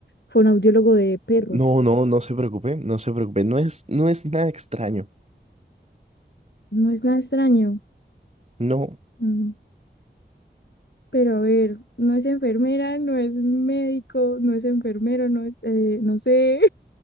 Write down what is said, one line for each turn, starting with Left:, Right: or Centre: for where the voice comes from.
Left: fonoaudiólogo de perros.
Right: No, no, no se preocupe, no se preocupe. No es, no es nada extraño.
Left: No es nada extraño.
Right: No.
Left: Mm, Pero a ver, no es enfermera, no es médico, no es enfermero, no es, eh, no sé.